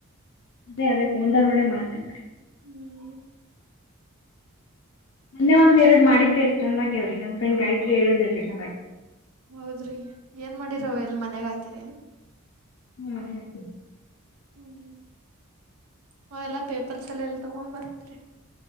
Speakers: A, on the left; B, on the right.
A: ಅದೇ ಅದೇ ಒಂದ ನೋಡ ಮಾಡ್ತನ್
B: ಹ್ಮ್
A: ಮಂದೆ ಒಂದ್ ಎರಡ್ ಮಾಡಿದ್ದೇ ರ ಚಂದಾಗಿ ಅವ್ರಿ ನನ್ ಫ್ರೆಂಡ್ ಗಾಯ್ತ ಎ ಏಳು ತರ್ಬೇಕ
B: ಹೌದ್ರಿ ಏನ್ ಮಾಡಿರವ
A: ಹ್ಮ
B: ಎಲ್ ಮನ್ಯಾಗ ಹಾಕಿರೇನ್
A: ಹ್ಮ್ ಮನೆ ಆತ
B: ಹ್ಮ್ ಅವ ಎಲ್ಲಾ ಪೇಪರ್ಸ್ ಎಲ್ಲ ಎಲ್ಲಿ ತಗೊಂಡ್ ಬರ್ತರಿ